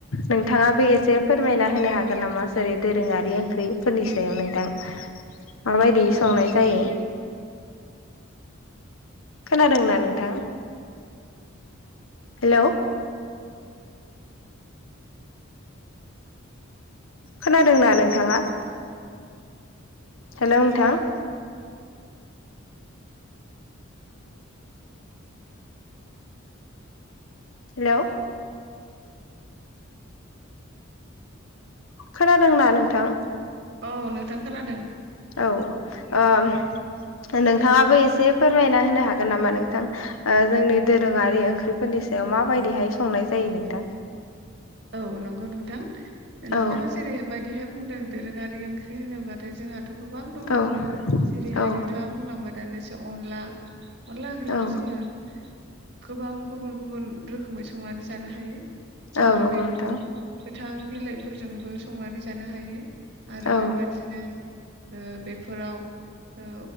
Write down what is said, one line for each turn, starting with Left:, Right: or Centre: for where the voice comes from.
Left: नोंथाङाबो एसे फोरमायना होनो हागोन नामा जेरै दोरोङारि ओंख्रि फोरनि सायाव नोंथां माबायदि संनाय जायो। खोनादोंना नोंथां हेल' खोनादोंना नोंथाङा? हेल' नोंथां! हेल' खोनादोंना नोंथां?
Right: औ नोंथां खोनादों।
Left: औ ओ‌ नोंथाङाबो एसे फोरमायना होनो हागोन नामा नोंथां? जोंनि दोरोङारि ओंख्रिफोरनि सायाव माबायदिहाय संनाय जायो नोंथां?
Right: औ नंगौ नोंथां। नोंथाङा
Left: औ
Right: जेरैबायायदिहाय बुंदों दोरोङारि ओं ख्रि होनोब्लाथाय जोंहाथ' गोबां दङ
Left: औ
Right: जेरैहाय
Left: औ
Right: नोंथाङा बुंलांबाय दानिसै अनला अनला ओंख्रिखौ
Left: औ
Right: जोङो गोबां गुबुन गुबुन रोखोमै संनानै जानो हायो। जोङो
Left: औ नंगौ
Right: बेखौ
Left: नोंथां
Right: गोथां बिलाइफोरजोंबो संनानै जानो हायो आरो
Left: औ
Right: बेबा बिदिनो ओ बेफोराव ओ